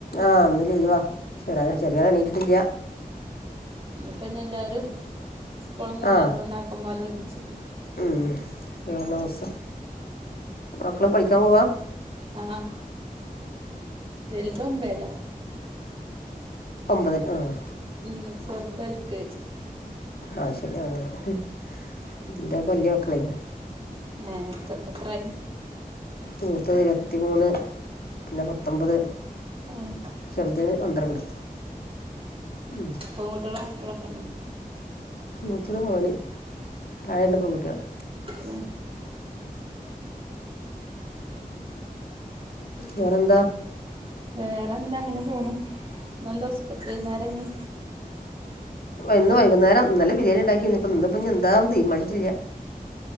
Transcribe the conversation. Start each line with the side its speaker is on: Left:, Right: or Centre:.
Left: ആഹ് ഇന്ന്ലീവാ ചെറിയൾ ചെറിയാൾ ന്നീചിട്ടില്ല.
Right: ഇന്നിപ്പോഞീല്ലാരും സ്കൂളൊന്നും ഇല്ലാത്തോണ്ടക്കപോലന്നീച്ചും.
Left: ആ ഉം ലീവ്ള്ളസം മക്കള് പഠിക്കാൻ പോവാ-
Right: ആഹ് വൽതോമ്പെല.
Left: ഒമ്പതില് ആഹ്.
Right: ഉം ചെറുതാൽ കേയ്ച്ച്.
Left: ആഹ് ശരി ആഹ് എന്റെകൊല്ലിയ മക്കളായി.
Right: ഏഹ്എത്ര എത്രായി?
Left: മൂത്ത് ഇരുപത്തിമൂന്ന് പിന്നെ പത്തൊമ്പത്.
Right: ഏഹ്
Left: ചെറുത് പന്ത്രണ്ട് ഉം.
Right: ഇപ്പോങ്ങട്ടുള്ള <unintelligible> കണ്ടിപ്പാണ്
Left: മുത്തത് മോന് താഴെണ്ട പെൺകുട്ടികള്.
Right: ഉം.
Left: വേറെന്ത?
Right: വേറെ എന്താ ഇങ്ങനെ പോണു ഇന്നെന്തോസ് വൈകുന്നേരംങ്ങീ
Left: വന്ന് വൈകുന്നേരംന്നല്ല ബരിണിണ്ടാക്കിന്ന് ഇപ്പ ഇന്ന് പ്പപിന്നെ എന്താന്ന് തീരുമാനി ഇല്ല്യ